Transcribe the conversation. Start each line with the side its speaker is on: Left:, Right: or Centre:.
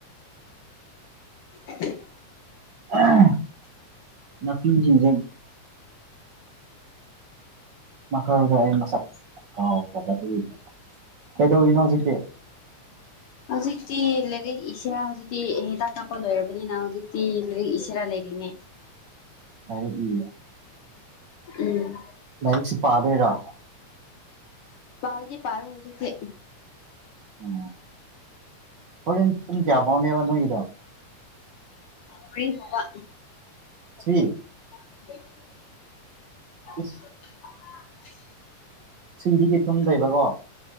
Left: <inaudible>
Right: ꯑꯍ ꯅꯥꯄꯤꯁꯤꯡꯖꯦ ꯃꯈꯜꯗꯣ ꯑꯩ ꯃꯁꯛ ꯀꯥꯎꯈ꯭ꯔꯕ ꯑꯗꯨꯢꯅꯦ ꯀꯩꯗꯧꯔꯤꯅꯣ ꯍꯧꯖꯤꯛꯇꯤ
Left: ꯍꯧꯖꯤꯛꯇꯤ ꯂꯩꯔꯤꯛ ꯏꯁꯦꯔꯥ ꯍꯧꯖꯤꯛꯇꯤ ꯍꯤꯗꯥꯛ ꯀꯥꯞꯄ ꯂꯣꯏꯔꯕꯅꯤꯅ ꯍꯧꯖꯤꯛꯇꯤ ꯂꯩꯔꯤꯛ ꯏꯁꯤꯔꯥ ꯂꯩ ꯑꯅꯦ
Right: ꯂꯥꯢꯔꯤꯛ ꯏꯌꯦ
Left: ꯎꯝ
Right: ꯂꯥꯏꯔꯤꯛꯁꯤ ꯄꯥꯗꯣꯏꯔꯣ
Left: ꯄꯥꯕꯗꯤ ꯄꯥꯔꯣꯢ ꯍꯧꯖꯤꯛꯇꯤ
Right: ꯎꯝ ꯍꯣꯔꯦꯟ ꯄꯨꯡ ꯀꯌꯥ ꯐꯥꯎꯅꯦꯕ ꯅꯣꯏꯒꯤꯗꯣ
Left: ꯃꯔꯤ ꯐꯥꯎꯕ
Right: ꯊ꯭ꯔꯤ
Left: <inaudible>
Right: ꯏꯁ
Left: ꯑꯥ
Right: ꯊ꯭ꯔꯤꯗꯤ ꯇꯨꯝꯗꯣꯏꯕꯀꯣ